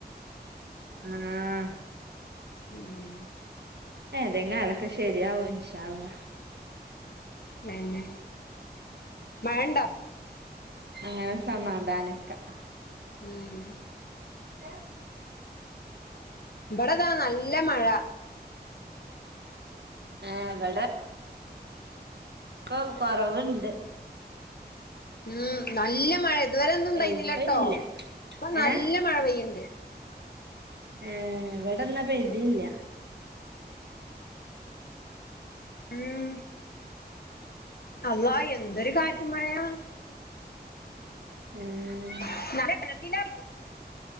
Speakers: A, on the right (about 80°); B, on the left (about 65°).
A: ആ
B: ഉം
A: ഏതെകാലൊക്കെ ശരിയാവും ഇൻഷാ അള്ളാ
B: നന്നെ മഴണ്ടോ
A: അങ്ങനെ സമാധാനിക്കാം
B: ഉം
A: ഏഹ്
B: ബടെതാ നല്ല മഴ
A: ഏഹ് വടെ പ്പോ കൊറവ്ണ്ട്
B: ഉം നല്ല മഴ ഇതുവരെ ഒന്നും പെയ്യുന്നില്ലട്ടോ
A: ഇപ്പല്ല
B: ഇപ്പം നല്ല
A: ഏഹ്
B: മഴ പെയ്യ്ണ്ട്
A: ഏഹ് വടെന്ന പെയ്തില്ല
B: ഉം അള്ളാഎന്തൊരു കാറ്റും മഴയാ
A: ഏഹ്
B: <unintelligible>